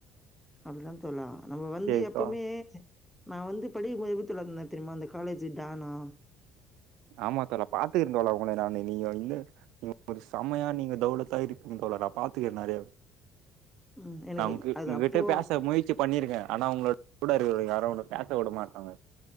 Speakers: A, in the centre; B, on the right (about 75°).
A: அப்டி தா தோழா நம்ம வந்து
B: சேரி
A: எப்பிமே
B: தோழா
A: நா வந்து படிக்க <unintelligible> எப்டி தோழா இருந்தே தெரிமா அந்த காலேஜி டானா
B: ஆமா தோழா பாத்துக்றே தோழா உங்கள நானு நீங்க வந்து ஒரு செமையா நீங்க <unintelligible> இருப்பிங்க தோழா நா பாத்துக்குறே நறைய
A: ம். எனக்கு
B: நா உங்
A: அது
B: உங்க
A: அப்போ
B: கிட்ட பேச முயற்சி பண்ணிருக்கே ஆனா உங்ளோட கூட இருக்கவங்க யாரு பேச உட மாட்டாங்க